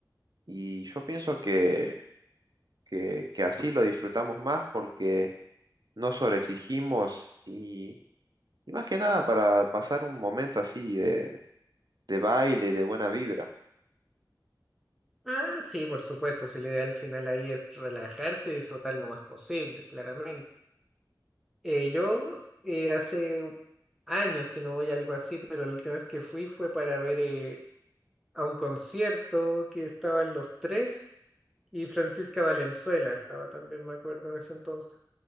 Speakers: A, on the right (about 60°); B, in the centre.
A: Y yo pienso que, que que así lo disfrutamos más porque no sobreexigimos y Y más que nada para pasar un momento así de, de baile, y de buena vibra.
B: Ah, sí, por supuesto, si la idea al final ahí es relajarse y disfrutar lo más posible, claramente. Eh, yo eh, hace años que no voy a algo así, pero la última vez que fui fue para ver eh, a un concierto que estaban los tres y Francisca Valenzuela estaba también, me acuerdo, en ese entonces.